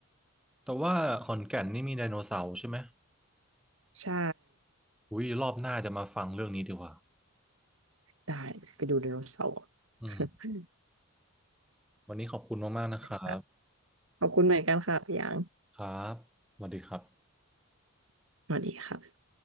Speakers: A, in the centre; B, on the right.
A: แต่ว่าขอนแก่นนี่มีไดโนเสาร์ใช่ไหม
B: ใช่
A: อุ้ยรอบหน้าจะมาฟังเรื่องนี้ดีกว่า
B: ได้ไปดูไดโนเสาร์
A: อืม
B: <laughs>
A: วันนี้ขอบคุณมากๆนะครับ
B: ค่ะ <laughs> ขอบคุณเหมือนกันค่ะพี่หยาง
A: ครับสวัสดีครับ
B: สวัสดีค่ะ